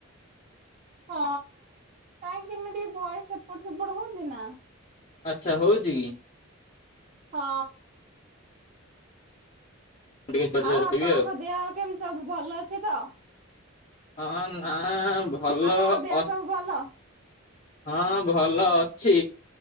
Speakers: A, on the right; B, on the left.
A: ହଁ କାହିଁକିନା ଟିକେ ଭଏସ ଏପଟ ସେପଟ ହୋଉଚି ନା।
B: ଆଛା ହୋଉଚି କି।
A: ହଁ।
B: ମୁଁ ଟିକେ ଜୋରେ
A: ଆଉ
B: ଜୋରେ
A: ଆପଣଙ୍କ
B: କହିବି
A: ଦେହ କେମିତି ସବୁ ଭଲ ଅଛି ତ?
B: ହଁ ନା ଭଲ
A: ଆପଣଙ୍କ ଦେହ
B: ଅଛ୍
A: ସବୁ ଭଲ
B: ହଁ ଭଲ ଅଛି